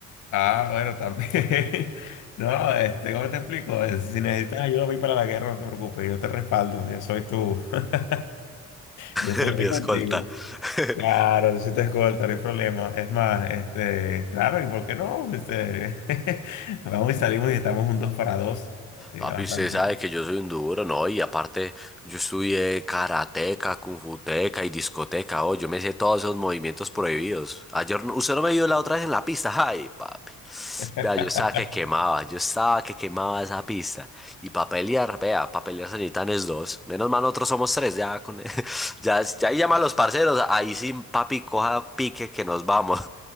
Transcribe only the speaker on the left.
Ah, bueno, también. <laughs> No, este, ¿cómo te explico? Eh, Si necesitas ayuda voy para la guerra, no te preocupes, yo te respaldo, yo soy tú, <laughs> yo estoy
ahí
contigo.
Claro, si te escolta, no hay problema. Es más, este, claro, ¿y por qué no? Este, <laughs> vamos y salimos y estamos juntos para dos. Sí,
bastante.
<laughs>